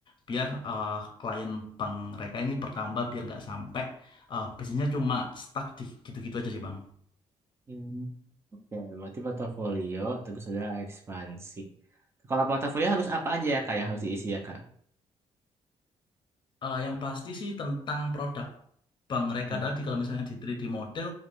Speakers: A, on the left; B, on the right.
A: biar eh, klien bank mereka ini bertambah biar nggak sampai eh, bisnisnya cuma stuck di gitu-gitu aja sih bang.
B: Hmm. Oke, berarti portofolio terus ada ekspansi. Kalau portofolio harus apa aja ya kak yang harus diisi ya kak?
A: Eh, yang pasti sih tentang produk Bang Reka
B: Nggak
A: tadi,
B: produk.
A: kalau misalnya di 3D model,